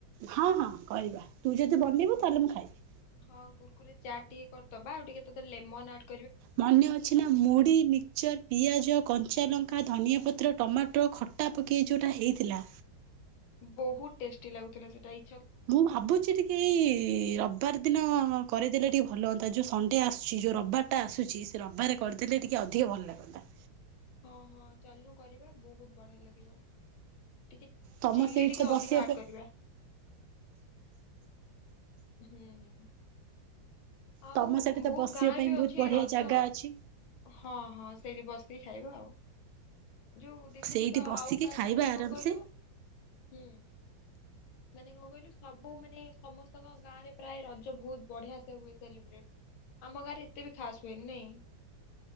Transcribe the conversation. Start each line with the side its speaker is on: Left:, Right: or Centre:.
Right: ହଁ ହଁ କରିବା ତୁ ଯଦି ବନେଇବୁ
Left: କୁୁରକୁରେ
Right: ତାହେଲେ ମୁଁ ଖାଇବି।
Left: ହଁ କୁରୁକୁରେ ଚାଟ ଟିକେ କରିଦବା ଆଉ ଟିକେ ତତେ ଲେମନ ଆଡ
Right: ମନେ ଅଛି ନା ମୁଢ଼ି ମିକଚର୍ ପିଆଜ କଞ୍ଚା ଲଙ୍କା ଧନିଆ ପତ୍ର ଟମାଟୋ ଖଟା ପକାଇ ଯେଉଁଟା ହେଇଥିଲା।
Left: ବହୁତ ଟେଷ୍ଟି ଲାଗୁଥିଲା ସେଟାଇ।
Right: ମୁଁ ଭାବୁଛି ଟିକ୍ ଏଇ ରବିବାର ଦିନ କରିଦେଲେ ଟିକିଏ ଭଲ ହୁଅନ୍ତା ଯେଉଁ ସଣ୍ଡେ ଆସୁଛି ଯେଉଁ ରବିବାରଟା ଆସୁଛି। ରବାରେ କରିଦେଲେ ଟିକେ ଅଧିକ ଭଲ ଲାଗନ୍ତା।
Left: ହଁ ହଁ ଚାଲନୁ କରିବା ବହୁତ ବଢିଆ ଲାଗିବ। ଟିକେ
Right: ତମ
Left: ଚିଲ୍ଲି
Right: ସେଇଠି
Left: ଟିକେ
Right: ତ
Left: ଅଧିକ
Right: ବସିବା
Left: ଆଡ଼୍
Right: ପାଇଁ
Left: କରିବା। ହୁଁ ହୁଁ। ଆଉ
Right: ତମ ସେଠି ତ
Left: ବହୁତ
Right: ବସିବା
Left: ଗାଁରେ
Right: ପାଇଁ
Left: ବି
Right: ବହୁତ
Left: ଅଛି
Right: ବଢିଆ
Left: ରଜ।
Right: ଜାଗା ଅଛି।
Left: ହଁ ହଁ ସେଇଠି ବସିକି ଖାଇବ ଆଉ। ଯୋଉ ଦେଖିଛୁ
Right: ସେଇଠି
Left: ତ
Right: ବସିକି
Left: ଆଉ କାହା
Right: ଖାଇବା
Left: ସମାନେ କଣ
Right: ଆରାମସେ।
Left: କହିଲୁ? ହୁଁ ମାନେ କଣ କହିଲୁ ସବୁ ମାନେ ସମସ୍ତ। ତାଙ୍କ ଗାଁରେ ପ୍ରାୟ ରଜ ବହୁତ ବଢିଆ ସେ ହୁଏ ସେଲିବ୍ରେଟ ଆମ ଗାଁରେତେ ବି ଖାସ ହୁଏନି ନାଇଁ।